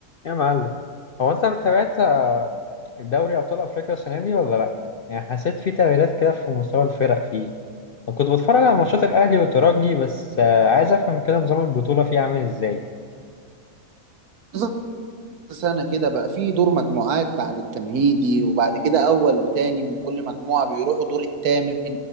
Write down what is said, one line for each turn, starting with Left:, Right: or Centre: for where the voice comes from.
Left: يا معلم هو انت تابعت آه، الدوري ابطال افريقيا السنه دي ولا لا يعني حسيت في تغييرات كده في مستوى الفرق فيه انا كنت بتفرج على ماتشات الاهلي والترجي بس آه، عايز افهم كده نظام البطوله فيه عامل ازاي
Right: بالظبط سنة كده بقى في دور مجموعات بعد التمهيدي وبعد كده أول وتاني من كل مجموعة بيروحوا دور التامن